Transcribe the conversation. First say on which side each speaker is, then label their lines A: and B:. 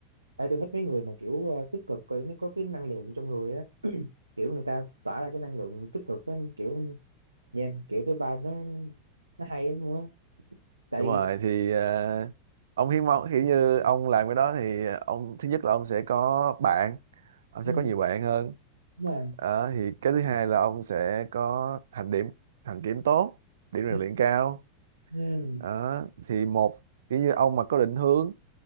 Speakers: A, on the right; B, on the right.
A: tại tôi thích mấy người mà kiểu ờ, tích cực kiểu nó có cái năng lượng trong người á kiểu người ta tỏa ra cái năng lượng tích cực á kiểu yeah, kiểu cái vibe nó nó hay lắm luôn á tại
B: đúng rồi
A: vì
B: thì ờ, ông hiến máu kiểu như ông làm cái đó thì ông thứ nhất là ông sẽ có bạn ông
A: ừ,
B: sẽ có nhiều bạn hơn
A: đúng rồi.
B: Đó, thì cái thứ hai là ông sẽ có hành điểm hành kiểm tốt điểm rèn
A: Ừ,
B: luyện cao
A: ừ,
B: Đó, thì một kiểu như ông mà có định hướng